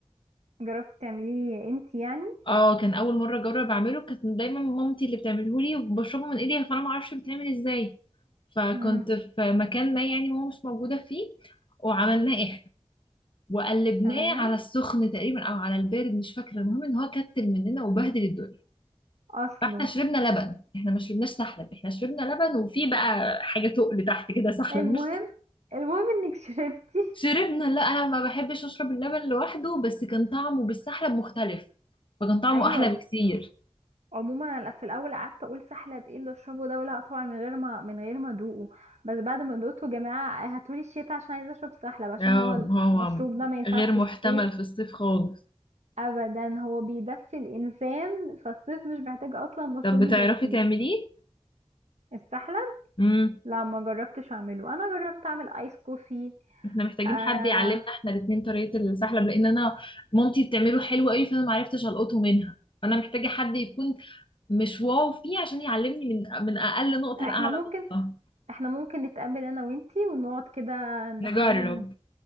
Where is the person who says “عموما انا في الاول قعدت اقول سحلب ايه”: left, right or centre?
Right